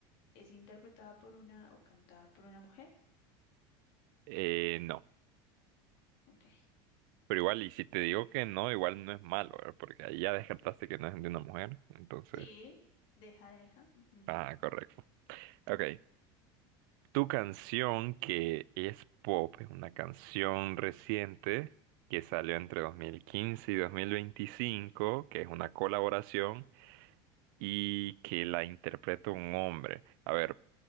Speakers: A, on the left (about 60°); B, on the right (about 65°).
A: es interpretada por una o cantada por una mujer?
B: Eh, no.
A: Ok.
B: Pero igual, y si te digo que no, igual no es malo, ¿verdad? Porque ahí ya descartaste que no es de una mujer. Entonces.
A: Sí, deja, deja. ujú.
B: Ah, correcto. Ok. Tu canción que es pop, es una canción reciente que salió entre 2015 y 2025, que es una colaboración y que la interpreta un hombre. A ver,